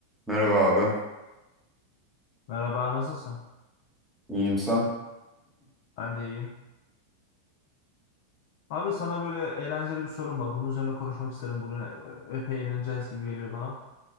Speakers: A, in the centre; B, on the left.
A: Merhaba abi.
B: Merhaba, nasılsın?
A: İyiyim sen?
B: Ben de iyiyim. Abi sana böyle eğlenceli bir sorum var. Bunun üzerine konuşmak isterim. Bugün e, epey eğleneceğiz gibi geliyor bana.